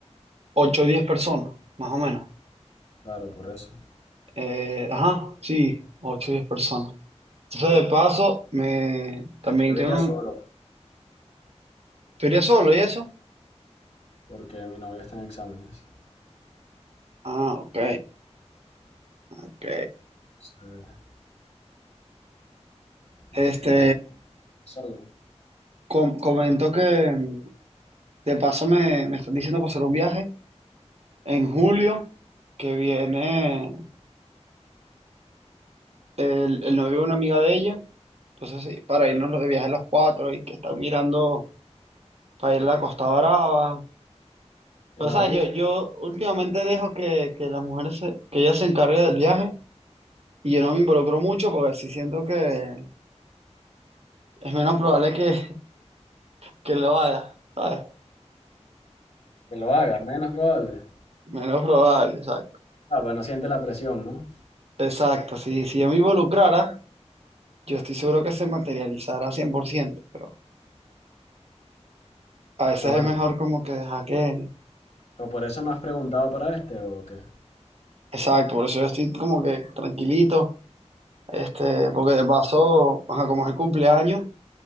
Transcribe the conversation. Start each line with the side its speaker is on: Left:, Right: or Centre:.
Right: 8 o 10 personas, más o menos.
Left: Claro, por eso.
Right: Eh, ajá, sí, 8 o 10 personas. Entonces, de paso, me también
Left: Yo
Right: tengo
Left: iría solo,
Right: un... ¿Tú irías solo y eso?
Left: porque mi novia está en exámenes.
Right: Ah, ok, ok.
Left: Entonces, entonces
Right: Este,
Left: tendría que ir solo.
Right: com- comentó que mm, de paso me, me están diciendo para hacer un viaje en julio, que viene el, el novio de una amiga de ella. Entonces, sí, para irnos de viaje los cuatro y que están mirando para ir a la Costa Brava.
Left: ¿Qué
Right: Pero,
Left: novio?
Right: ¿sabes? Yo, yo últimamente dejo que, que las mujeres, se- que ellas se encarguen del viaje y yo no me involucro mucho porque así siento que es menos probable que, que le vaya, ¿sabes?
Left: Que lo haga, menos probable.
Right: Menos probable, exacto.
Left: Ah, pues no siente la presión, ¿no?
Right: Exacto, si, si yo me involucrara, yo estoy seguro que se materializara 100%, pero a veces
Left: No, bueno.
Right: es mejor como que dejar que...
Left: ¿Pero por eso no has preguntado para este o qué?
Right: Exacto, por eso yo estoy como que tranquilito, este, porque de paso, ajá, como es el cumpleaños,